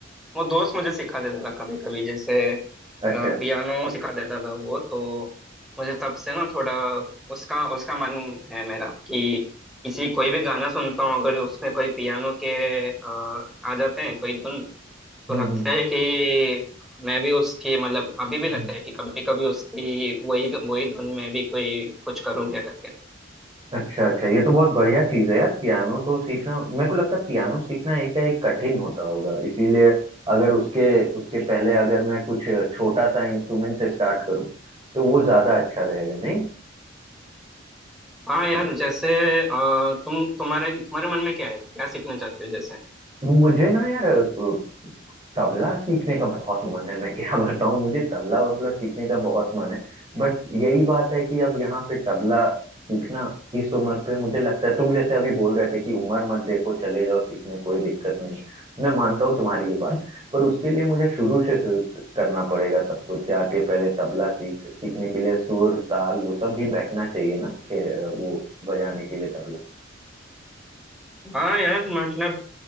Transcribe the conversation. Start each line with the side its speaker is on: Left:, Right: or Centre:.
Centre: वो दोस्त मुझे सिखा देता था कभी कभी जैसे
Right: अच्छा
Centre: पियानो सिखा देता था वो तो मुझे तब से ना थोड़ा उसका उसका मन है मेरा कि किसी कोई भी गाना सुनता हूँ अगर उसमें कोई पियानो के अ, आ जाते हैं कोई धुन तो
Right: हम्म
Centre: लगता
Right: हम्म,
Centre: है कि मैं भी उसकी मतलब अभी भी लगता
Right: हम्म।
Centre: है कि कभी कभी उसकी वही वही धुन में भी कोई कुछ करूँ क्या करके
Right: अच्छा अच्छा ये तो बहुत बढ़िया चीज है यार पियानो तो सीखना मेरे को लगता है पियानो सीखना एक एक कठिन होता होगा इसीलिए अगर उसके उसके पहले अगर मैं कुछ छोटा सा इंस्ट्रूमेंट से स्टार्ट करूँ तो वो ज्यादा अच्छा रहेगा नहीं
Centre: हाँ यार जैसे अ, तुम तुम्हारे तुम्हारे मन में क्या है क्या सीखना चाहते हो जैसे
Right: मुझे ना यार अ, तबला सीखने का बहुत मन है मैं क्या <laughs> बताऊं मुझे तबला वबला सीखने का बहुत मन है बट यही बात है कि अब यहाँ पे तबला सीखना इस उम्र पे मुझे लगता है तुम जैसे अभी बोल रहे थे कि उम्र मत देखो चले जाओ सीखने कोई दिक्कत नहीं मैं मानता हूँ तुम्हारी ये बात पर उसके लिए मुझे शुरू से शुरू करना पड़ेगा सब कुछ जाके पहले तबला सीख सीखने के लिए सुर ताल वो सब भी बैठना चाहिए ना खे- वो बजाने के लिए तबला
Centre: हाँ यार मतलब